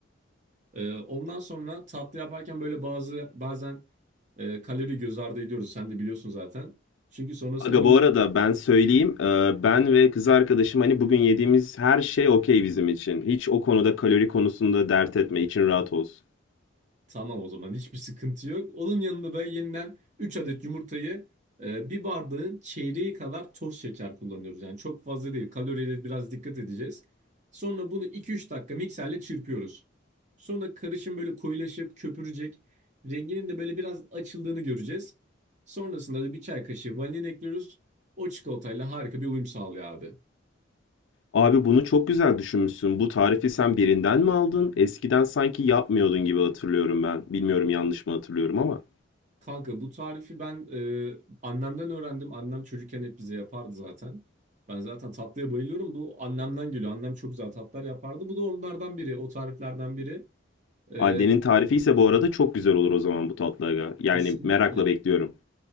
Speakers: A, on the right (about 40°); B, on the left (about 70°).
A: E, ondan sonra tatlı yaparken böyle bazı bazen e, kalori göz ardı ediyoruz. Sen de biliyorsun zaten. Çünkü sonrasında
B: Aga
A: bu
B: bu arada ben söyleyeyim. e, Ben ve kız arkadaşım hani bugün yediğimiz her şey okey bizim için. Hiç o konuda kalori konusunda dert etme. İçin rahat olsun.
A: Tamam o zaman hiçbir sıkıntı yok. Onun yanında da yeniden 3 adet yumurtayı e, bir bardağın çeyreği kadar toz şeker kullanıyoruz. Yani çok fazla değil. Kaloriyle biraz dikkat edeceğiz. Sonra bunu iki üç dakika mikserle çırpıyoruz. Sonra karışım böyle koyulaşıp köpürecek. Renginin de böyle biraz açıldığını göreceğiz. Sonrasında da bir çay kaşığı vanilin ekliyoruz. O çikolatayla harika bir uyum sağlıyor abi.
B: Abi bunu çok güzel düşünmüşsün. Bu tarifi sen birinden mi aldın? Eskiden sanki yapmıyordun gibi hatırlıyorum ben. Bilmiyorum yanlış mı hatırlıyorum ama.
A: Kanka bu tarifi ben e, annemden öğrendim. Annem çocukken hep bize yapardı zaten. Ben zaten tatlıya bayılıyorum. Bu annemden geliyor. Annem çok güzel tatlar yapardı. Bu da onlardan biri. O tariflerden biri. E,
B: Annenin tarifi ise bu arada çok güzel olur o zaman bu tatlı aga. Yani
A: kesinlikle.
B: merakla bekliyorum.